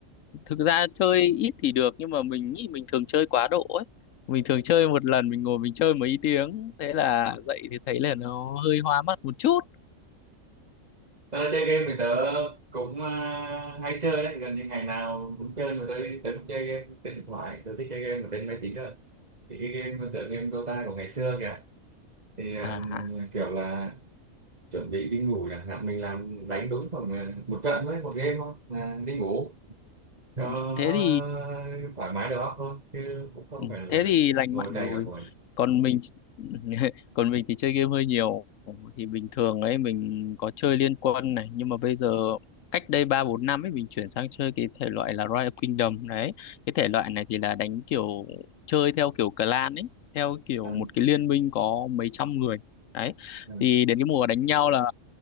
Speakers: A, on the left; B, on the right.
A: thực ra chơi ít thì được nhưng mà mình nghĩ mình thường chơi quá độ ấy mình thường chơi một lần mình ngồi mình chơi mấy tiếng thế là dậy thì thấy là nó hơi hoa mắt một chút
B: tớ chơi game thì tớ cũng à, hay chơi đấy gần như ngày nào cũng chơi mà tớ tớ cũng chơi game trên điện thoại tớ thích chơi game ở trên máy tính cơ thì cái game tựa game Dota của ngày xưa kìa thì à,
A: à à.
B: kiểu là chuẩn bị đi ngủ chẳng hạn mình làm đánh đúng khoảng ờ, một trận thôi một game thôi là đi ngủ cho
A: ừ. thế
B: ờ,
A: thì
B: thoải mái đầu óc thôi chứ cũng không
A: Ừ,
B: phải là
A: thế thì lành
B: ngồi
A: mạnh
B: cày
A: rồi
B: cả buổi
A: còn mình <laughs> còn mình thì chơi game hơi nhiều thì bình thường ấy mình có chơi Liên Quân này nhưng mà bây giờ cách đây ba bốn năm ấy mình chuyển sang chơi cái thể loại là Royal Kingdom đấy cái thể loại này thì là đánh kiểu chơi theo kiểu clan ấy theo kiểu
B: ăn
A: một cái liên minh có mấy trăm người đấy
B: ăn
A: thì đến cái mùa đánh nhau là